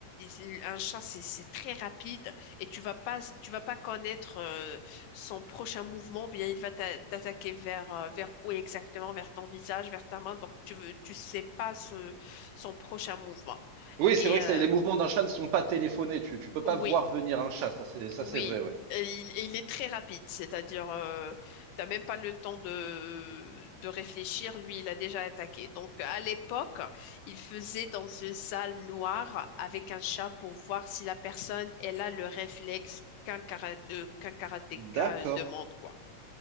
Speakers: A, on the left (about 80°); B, on the right (about 75°).
A: euh, un chat, c'est c'est très rapide et tu vas pas, tu vas pas connaître euh, son prochain mouvement, bien il va t'a- t'attaquer vers, euh, vers où exactement, vers ton visage, vers ta main, donc tu veux, tu sais pas ce, son prochain mouvement.
B: Oui,
A: Et
B: c'est vrai
A: euh,
B: que c'est- les mouvements d'un chat ne sont pas téléphonés. Tu, tu peux pas
A: oui.
B: voir venir un chat, ça c'est ça
A: Oui,
B: c'est vrai, ouais.
A: et il, et il est très rapide, c'est-à-dire, euh, t'as même pas le temps de, de réfléchir, lui, il a déjà attaqué. Donc, à l'époque, il faisait dans une salle noire avec un chat pour voir si la personne, elle a le réflexe qu'un kara- euh, qu'un karatéka
B: D'accord.
A: demande, quoi.